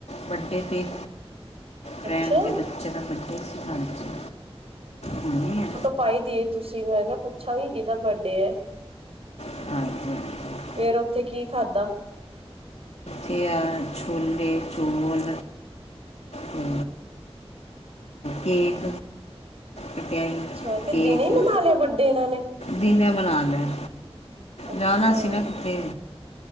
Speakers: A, on the left; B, on the right.
A: ਬਰ੍ਥਡੇ ਤੇ ਫਰੈਂਡ
B: ਅੱਛਾ,
A: ਦੇ ਬੱਚੇ ਦਾ ਬਰਡੇ ਹਾਂਜੀ, ਹੁਨੀ ਐ।
B: ਪਾਈਦੀ ਐ ਤੁਸੀਂ ਮੈਂ ਕਿਆ ਪੁੱਛਾਂਗੀ ਕਿਦਾ ਬਰਡੇ ਐ।
A: <inaudible>
B: ਫੇਰ ਓਥੇ ਕੀ ਖਾਦਾ।
A: ਤੇ ਆ ਛੋਲੇ ਚੋਲ ਤੇ ਕੇਕ ਖਟਿਆਈ
B: ਅੱਛਾ ਤੇ
A: ਕੇਕ
B: ਦਿਨੇ ਹੀ ਮਨਾ ਲਿਆ ਬਰਡੇ ਇਹਨਾਂ ਨੇ
A: ਦਿਨੈ ਬਣਾ ਲੈ।
B: ਅੱਛਾ
A: ਜਾਣਾ ਸੀ ਨਾ ਕਿਤੇੇ